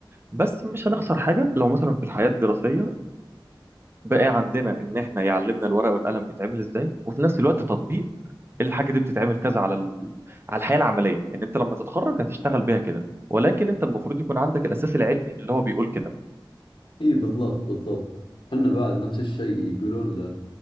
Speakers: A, on the right; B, on the left.
A: بس مش هنخسر حاجة لو مثلا في الحياة الدراسية بقى عندنا ان احنا يعلمنا الورقة والقلم بيتعمل ازاي وفي نفس الوقت تطبيق الحاجة دي بتتعمل كذا على ال... على الحياة العملية ان انت لما تتخرج هتشتغل بيها كده ولكن انت المفروض يكون عندك الاساس العلمي اللي هو بيقول كده
B: إي بالضبط بالضبط حنا بعد نفس الشيء يقولون ل...